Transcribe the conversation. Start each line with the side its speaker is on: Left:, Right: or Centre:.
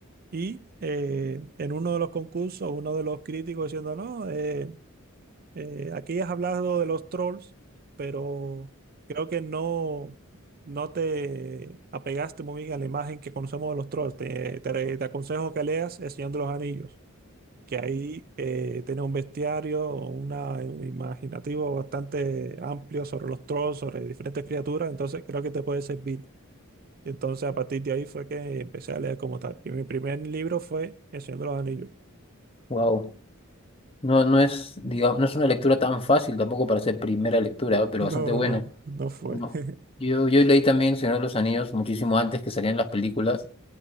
Right: y eh, en uno de los concursos, uno de los críticos diciendo, no, eh, eh, aquí has hablado de los trolls, pero creo que no... No te apegaste muy bien a la imagen que conocemos de los trolls. Te, te, te aconsejo que leas El Señor de los Anillos. que ahí eh, tiene un bestiario, una, un imaginativo bastante amplio sobre los trolls, sobre diferentes criaturas, entonces creo que te puede servir. Y entonces a partir de ahí fue que empecé a leer como tal. Y mi primer libro fue El Señor de los Anillos. <laughs>
Left: Wow. No, no es, digamos, no es una lectura tan fácil tampoco para ser primera lectura, ¿no? pero
Right: No,
Left: bastante buena.
Right: no, no fue.
Left: No.
Right: <laughs>
Left: Yo, yo leí también El Señor de los Anillos muchísimo antes que salían las películas.